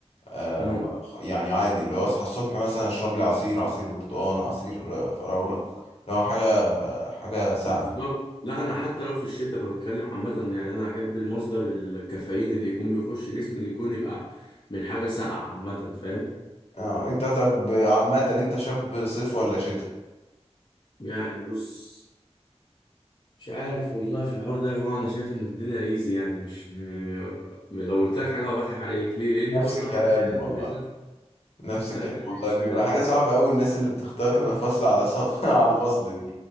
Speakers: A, on the left (about 65°); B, on the left (about 40°).
A: آه
B: امم
A: وخ- يعني عادي اللي هو اصحى الصبح مثلا اشرب لي عصير عصير برتقال عصير آه، فراوله اللي هو حاجه حاجه ساقعه
B: بالظبط
A: كده
B: لا أنا حتى لو في الشتاء أنا بتكلم عامة يعني أنا أحب المصدر الكافيين اللي يكون بيخش جسمي يكون يبقى من حاجة ساقعة عامة فاهم
A: اه انت طب عامه انت شاب صيف ولا شتاء
B: يعني بص مش عارف والله في الحوار ده يا جماعة أنا شايف إن الدنيا إيزي يعني مش لو قلت لك حاجة بضحك عليك ليه؟ لأن
A: نفس
B: كل
A: الكلام
B: حاجة ليها
A: والله
B: مميزاتها
A: نفس
B: فاهم
A: الكلام
B: يعني
A: والله
B: الشتاء
A: بيبقى حاجه صعبه قوي الناس اللي بتختار فصل على صف <laughs> على فصل دي